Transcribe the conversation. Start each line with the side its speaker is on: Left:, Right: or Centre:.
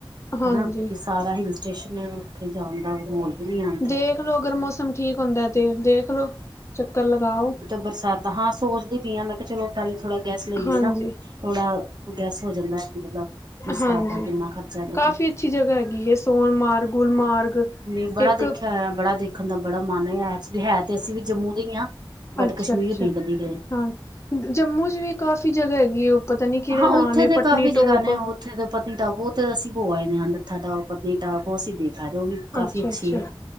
Left: ਹਾਂਜੀ।
Right: ਹਨਾ ਕਿਉਂਕਿ ਸਾਰਾ ਹਿਲ ਸਟੇਸ਼ਨ ਉੱਥੇ ਜਾਣ ਦਾ ਮਾਹੌਲ ਵੀ ਨੀ ਹੈ ਹੁਣ ਤੇ
Left: ਦੇਖ ਲੋ ਅਗਰ ਮੌਸਮ ਠੀਕ ਹੁੰਦੈ ਤੇ ਦੇਖ ਲੋੋ ਚੱਕਰ ਲਗਾ ਆਓ।
Right: ਬਰਸਾਤਾ ਹਾ ਸੋਚਦੀ ਪਈ ਆ ਮੈਂ ਕਿਹਾ ਚਲੋ ਥੋੜ੍ਹਾ ਗੈਸ ਲਈਏ
Left: ਹਾਂਜੀ
Right: ਨਾ। ਥੋੜ੍ਹਾ ਗੈਸ ਹੋ ਜਾਂਦਾ ਮਤਲਬ ਕਿਸ
Left: ਹਾਂਜੀ
Right: ਹਿਸਾਬ ਦਾ ਕਿੰਨਾ ਖਰਚਾ ਇਹਦੇ
Left: ਕਾਫ਼ੀ
Right: ਕੋਲ
Left: ਅੱਛੀ ਜਗ੍ਹਾ ਹੈਗੀ ਏ ਸੋਨਮਾਰਗ, ਗੁਲਮਾਰਗ।
Right: ਨੀ ਬੜਾ
Left: ਇੱਕ
Right: ਦੇਖਿਆ ਹੋਇਆ ਬੜਾ ਦੇਖਣ ਦਾ ਬੜਾ ਮਨ ਏ ਐਕਚੂੱਅਲੀ ਹੈ ਤੇ ਅਸੀਂ ਵੀ ਜੰਮੂ ਦੇ ਹੀ ਹਾਂ। ਬਟ
Left: ਅੱਛਾ-ਅੱਛਾ
Right: ਕਸ਼ਮੀਰ ਨਹੀਂ ਕਦੀ ਗਏ
Left: ਹਾਂ ਜੰਮੂ ਚ ਵੀ ਕਾਫ਼ੀ ਜਗ੍ਹਾ ਹੈਗੀ ਏ ਉਹ ਪਤਾ ਨੀ ਕਿਹੜਾ
Right: ਹਾ,
Left: ਨਾਮ
Right: ਉੱਥੇ
Left: ਹੈ
Right: ਤੇ
Left: ਪਟਨੀ
Right: ਕਾਫ਼ੀ ਜਗ੍ਹਾ
Left: ਟੋਪ
Right: ਨੇ ਉੱਥੇ ਤੇ ਪਤਨੀਟਾਪ ਉਥੇ ਅਸੀ ਹੋ ਆਏ ਹਾਂ ਨੱਥਾ ਟਾਪ, ਪਤਨੀਟਾਪ। ਉਹ ਅਸੀ ਦੇਖ ਆਏ ਉਹ ਵੀ ਕਾਫ਼ੀ
Left: ਅੱਛਾ-ਅੱਛਾ।
Right: ਅੱਛੀ ਹੈ